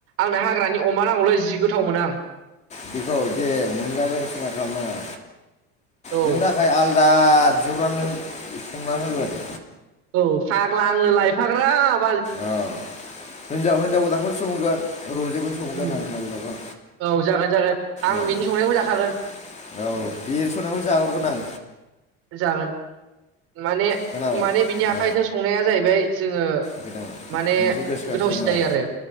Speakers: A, on the right; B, on the left.
A: आंनो हाग्रानि अमा नांगौलै जि गोथाव मोनो आं।
B: बेखौ दे मोनजागोन सिनथा खालामनो नांङा।
A: औ
B: नों दा ओमफ्राय आलदा बिहरना संना होगोन।
A: औ फाग्ला आंनो लायफाग्राब
B: औ हिनजाव हिनजाव गोदानखौसो संगोन रजेखौ सोंगोन
A: उम
B: आं हिनजाव गोदानखौ।
A: औ जागोन जागोन आं
B: औ
A: बिनि संनायखौ जाखागोन
B: औ देरस'नखौ जाहरगोन आं।
A: जागोन माने
B: खोनाबाय
A: माने बिनि आखाइजों
B: औ
A: संनाया जाहैबाय जोङो
B: गोदान
A: माने
B: मोनसे गोसोखांस
A: गोथावसिन
B: औ
A: जायो आरो